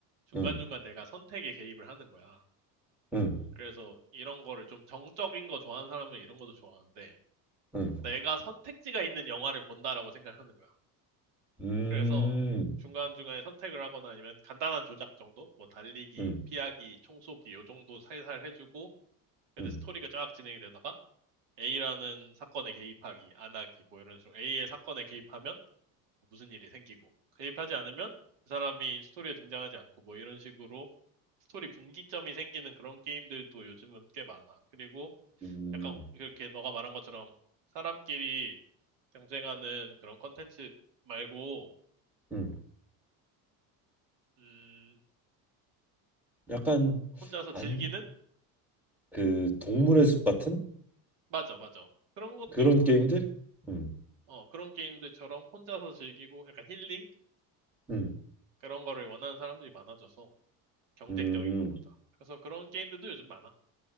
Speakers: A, on the right; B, in the centre.
A: 중간중간
B: 응,
A: 내가 선택에 개입을 하는 거야.
B: 응,
A: 그래서 이런 거를 좀 정적인 거 좋아하는 사람은 이런 것도 좋아하는데
B: 응.
A: 내가 선택지가 있는 영화를 본다라고 생각하는 거야.
B: 음,
A: 그래서 중간중간에 선택을 하거나 아니면 간단한 조작 정도? 뭐 달리기,
B: 음,
A: 피하기, 총쏘기 요 정도 살살 해주고 근데
B: 음,
A: 스토리가 쫙 진행이 되다가 A라는 사건에 개입하기, 안 하기 뭐 이런 식으로 A의 사건에 개입하면 무슨 일이 생기고 개입하지 않으면 그 사람이 스토리에 등장하지 않고 뭐 이런 식으로 스토리 분기점이 생기는 그런 게임들도 요즘은 꽤 많아. 그리고
B: 음,
A: 약간 그렇게 너가 말한 것처럼 사람끼리 경쟁하는 그런 컨텐츠 말고
B: 음.
A: 음,
B: 약간
A: 혼자서
B: 안,
A: 즐기는?
B: 그 동물의 숲 같은
A: 맞아, 맞아. 그런 것도
B: 그런
A: 있고,
B: 게임들?
A: 이제,
B: 음,
A: 어, 그런 게임들처럼 혼자서 즐기고 약간 힐링?
B: 음,
A: 그런 거를 원하는 사람들이 많아져서 경쟁적인
B: 음.
A: 것보다. 그래서 그런 게임들도 요즘 많아.